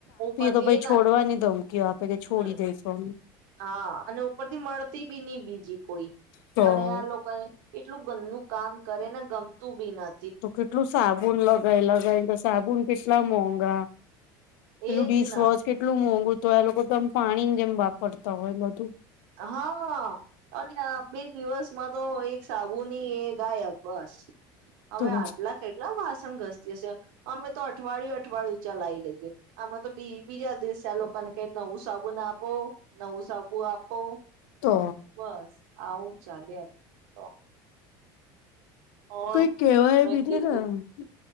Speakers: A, on the right; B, on the left.
A: ઉપરથી
B: તો પછ
A: એ ના
B: છોડવાની ધમકીઓ આપે કે છોડી
A: હમ્મ
B: દઈશું અમે
A: હા અને ઉપરથી મળતી બી નઈ બીજી કોઈ
B: તો
A: અને આ લોકોને એટલું ગંદુ કામ કરે ને ગમતું બી નથ
B: તો કેટલું સાબુન લગાય લગાય ને સ સાબુન કેટલા મોંઘા પેલું
A: એજ
B: ડિશવોશ
A: ના
B: કેટલું મોંઘું. તો એ લોકો તો આમ પાણી જેમ વાપરતા હોય બધું.
A: હાઅઅ આ અને આ બે દિવસ માં તો એક સાબુ ની એક ગાયબ બસ. હવે
B: તો
A: આટલા કેટલાં વાસ ઘસ્તી હશે. અમે તો અઠવાડિયું અઠવાડિયું ચલાઈ લઈએ, અમે તો બી બીજા દિવસે લોકોને કઈ નવું સાબુન આપો નવું સાબુ આપ ઓ
B: તો
A: બસ. આવું ચાલ્યા તો ઓર
B: કઈ કેવાય
A: મેં
B: બી નઈ
A: કીધું
B: ને